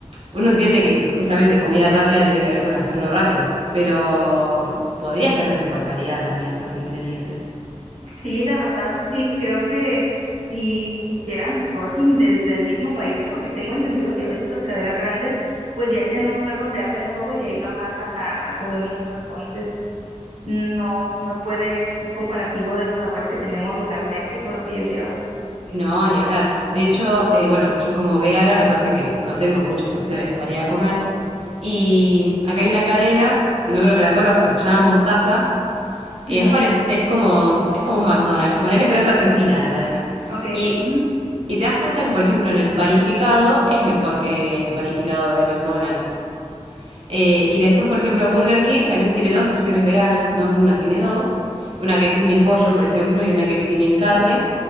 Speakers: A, on the right (about 60°); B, on the right (about 75°).
A: uno entiende que justamente comida rápida tiene que ver con hacerlo rápido, pero podría ser de mejor calidad también los ingredientes.
B: sí, la verdad, sí, creo que si hicieran su sourcing desde el mismo país, porque tengo entendido que a veces las cadenas grandes pues ya tienen un lugar donde hacen todo y ahí lo mandan a, a todo el mundo, entonces no, no puede ser comparativo de los sabores que tenemos localmente con lo que ellos llevan.
A: No, ni hablar. De hecho, eh, bueno, yo como vegana me pasa que no tengo muchas opciones para ir a comer. Y acá hay una cadena, no creo que la conozcas, se llama Mostaza,
B: No,
A: Eh, es, parec- es como, es como un McDonald's, ponele, pero es argentina la cadena.
B: ok.
A: Y,
B: ujú,
A: y te das cuenta que, por ejemplo, en el panificado es mejor que el panificado de McDonald's. Eh, y después, por ejemplo, Burger King también tiene dos opciones veganas, no es una, tiene dos. Una que es simil pollo, por ejemplo, y una que es simil carne.
B: ujú.